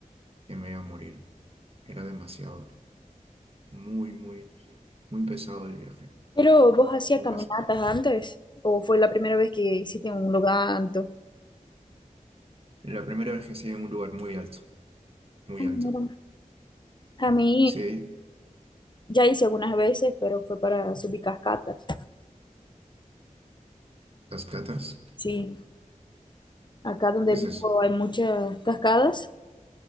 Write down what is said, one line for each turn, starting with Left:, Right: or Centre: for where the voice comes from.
Right: que me iba a morir. Era demasiado, muy, muy, muy pesado el viaje.
Left: Pero vos hacías
Right: Muy
Left: caminatas
Right: pesado.
Left: antes o fue la primera vez que hiciste un loganto?
Right: La primera vez que estuve en un lugar muy alto, muy
Left: Ah, mira.
Right: alto.
Left: A mí
Right: Sí,
Left: ya hice algunas veces, pero fue para subir cascadas.
Right: cascadas.
Left: Sí, acá donde
Right: ¿Qué
Left: vivo
Right: es eso?
Left: hay muchas cascadas.